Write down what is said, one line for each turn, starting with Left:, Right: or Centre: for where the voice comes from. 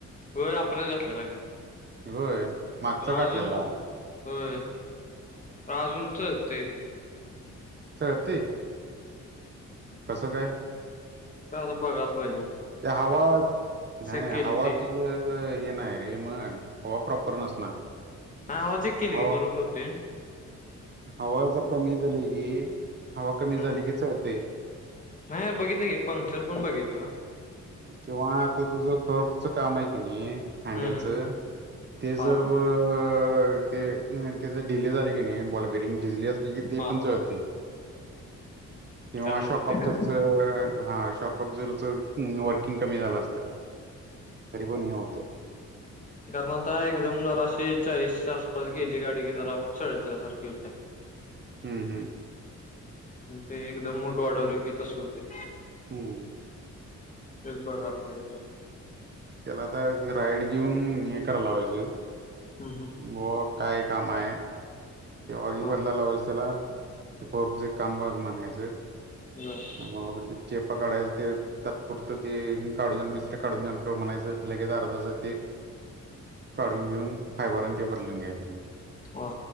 Left: होय आपणच घातल्या जागी
Right: होय मागचा
Left: तर
Right: घातलेला.
Left: अजून. होय अजूनच तेरी.
Right: सती. कसं काय.
Left: का आता बघायला पाहिजे
Right: त्या हवा नाही
Left: चेक केली
Right: हवाच
Left: ते
Right: नाही रे मग ह प्रॉपर नसणार
Left: हा आवाजक केले
Right: हवा
Left: गी बरोबर ते
Right: हवा जर कमी झाली की हवा कमी
Left: हम्म
Right: झाली
Left: हम्म
Right: की चते
Left: नाही बघितलं गे पंक्चर पण बघित
Right: किंवा ते तुझं फोटच काम आहे की नाही हॅडेलचं
Left: हम्म हम्म
Right: ते
Left: हा
Right: जर अ ते त्या ढिले झाले की नाही बॉलबेरिंग ढिजली असली की ते
Left: हा
Right: पण
Left: हा
Right: चळते किंवा
Left: त्यामुळे
Right: शॉक
Left: ते
Right: अ्जरच
Left: का
Right: हा शॉक अब्जरच व क झा अस तरी पण हे हो
Left: कारणता एकदम जराशी चाळीसच्या आसपास गेली गाडी की जराचळतल्यासारखी होत्या
Right: हम्म हम्म
Left: ते एकदम मोठ वाढवली की तस होते
Right: हम्म
Left: हे बगलमचा
Right: त्याला आता राइड घेऊन हे करायला पाहिजे
Left: हम्म हम्म
Right: व काय काम आहे ते आगी
Left: हा
Right: बदला
Left: हा.
Right: लावायचे त्याला ते फरचे कामबाग म्हणायचं
Left: बर
Right: मग बा ते चेप काढायचे ते तात्पुरत ते काढून मिस म्ह लगे अर् काून घे बदलून घ्याण
Left: हा